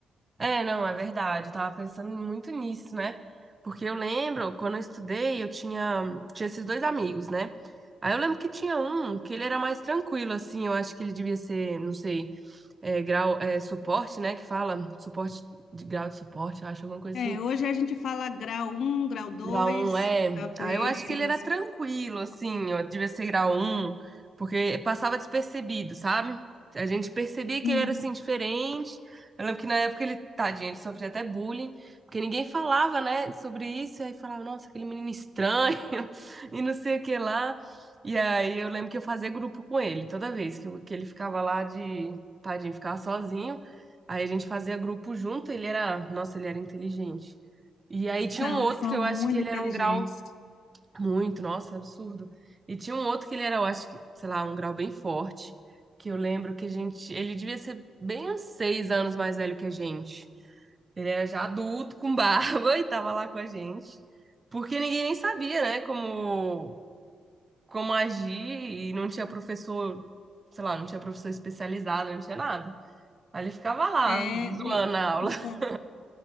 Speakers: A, on the right (about 35°); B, on the left (about 65°).
A: É, não, é verdade. Eu tava pensando muito nisso, né? Porque eu lembro, quando eu estudei, eu tinha, tinha esses dois amigos, né? Aí eu lembro que tinha um que ele era mais tranquilo, assim. Eu acho que ele devia ser, não sei, é, grau, é, suporte, né? Que fala suporte de grau de suporte, eu acho, alguma coisa
B: É,
A: assim.
B: hoje a gente fala grau um, grau 2,
A: Grau 1 é.
B: grau 3,
A: Ah, eu acho que
B: isso.
A: ele era tranquilo, assim, ó, devia ser grau 1, porque passava despercebido, sabe? A gente percebia que
B: Sim,
A: ele era assim diferente. Eu lembro que na época ele, tadinho, ele sofria até bullying, porque ninguém falava, né, sobre isso, e aí falava, nossa, aquele menino estranho, <laughs> e não sei o que lá. E aí eu lembro que eu fazia grupo com ele, toda vez que, eu- que ele ficava lá de, tadinho, ficava sozinho. Aí a gente fazia grupo junto, ele era, nossa, ele era inteligente. E aí tinha
B: são,
A: um outro
B: são
A: que eu
B: muito
A: acho que ele
B: inteligentes.
A: era um grau muito, nossa, absurdo. E tinha um outro que ele era, eu acho que, sei lá, um grau bem forte. Que eu lembro que a gente. Ele devia ser bem uns seis anos mais velho que a gente. Ele era já adulto, com barba, <laughs> e tava lá com a gente. Porque ninguém nem sabia, né, como, como agir, e não tinha professor, sei lá, não tinha professor especializado, não tinha nada. Aí ele ficava lá,
B: É,
A: zoando
B: o-
A: a aula.
B: os,
A: <laughs>
B: ca-